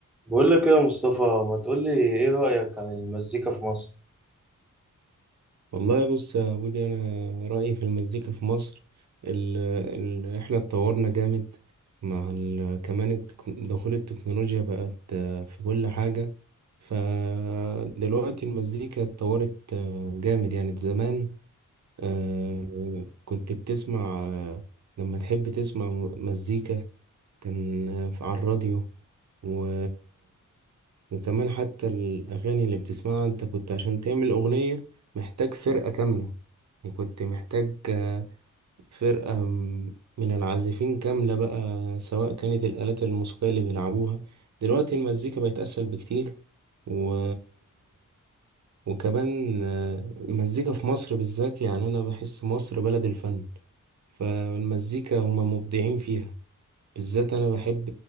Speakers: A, in the centre; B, on the right.
A: بقول لك ايه يا مصطفى ما تقول لي ايه رأيك عن المزيكا في مصر
B: والله بص يا بودي انا رايي في المزيكا في مصر ال ال احنا اتطورنا جامد مع ال كمان التك- دخول التكنولوجيا بقت آه، في كل حاجه فدلوقتي المزيكا اتطورت آه، جامد يعني زمان آه، كنت بتسمع آه، لما تحب تسمع م- مزيكا كان آه، على الراديو و... وكمان حتى الأغاني اللي بتسمعها أنت كنت عشان تعمل أغنية محتاج فرقة كاملة يعني كنت محتاج آه، فرقة م- من العازفين كاملة بقى سواء كانت الآلات الموسيقية اللي بيلعبوها دلوقتي المزيكا بقت أسهل بكتير و... وكمان آه، المزيكا في مصر بالذات يعني أنا بحس مصر بلد الفن فالمزيكا هما مبدعين فيها بالذات أنا بحب